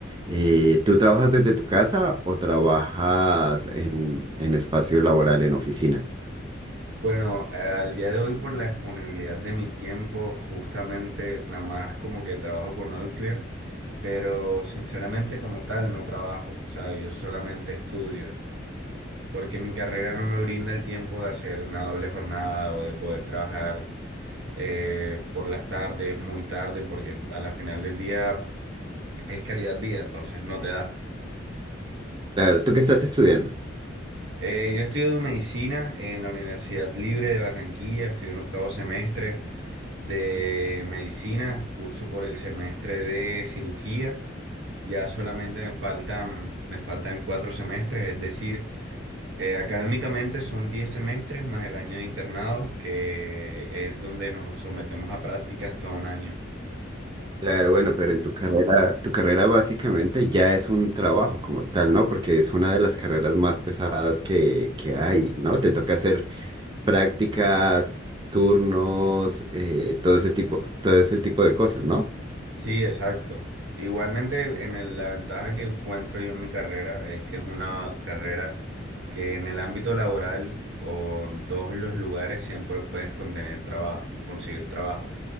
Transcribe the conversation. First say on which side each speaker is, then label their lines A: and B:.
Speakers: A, on the right; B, on the right.
A: Eh, ¿tú trabajas desde tu casa o trabajas en, en espacio laboral, en oficina?
B: Bueno, eh, al día de hoy por la disponibilidad de mi tiempo, justamente nada más como que trabajo con Outlier, pero sinceramente como tal no trabajo, o sea, yo solamente estudio, porque mi carrera no me brinda el tiempo de hacer una doble jornada o de poder trabajar eh, por las tardes, muy tarde, porque a la final del día es calidad vida, entonces no te da.
A: Claro, ¿tú qué estás estudiando?
B: Eh, yo estudio medicina en la Universidad Libre de Barranquilla, estoy en octavo semestre de medicina, curso por el semestre de cirugía, ya solamente me faltan, me faltan cuatro semestres, es decir, eh, académicamente son 10 semestres más el año de internado, que es donde nos sometemos a prácticas todo un año.
A: Claro, bueno, pero en tu carrera, tu carrera básicamente ya es un trabajo como tal, ¿no? Porque es una de las carreras más pesadas que, que hay, ¿no? Te toca hacer prácticas, turnos, eh, todo ese tipo, todo ese tipo de cosas, ¿no?
B: Sí, exacto. Igualmente, en el- la ventaja que encuentro yo en mi carrera es que es una carrera que en el ámbito laboral o en todos los lugares siempre puedes contener trabajo, conseguir trabajo.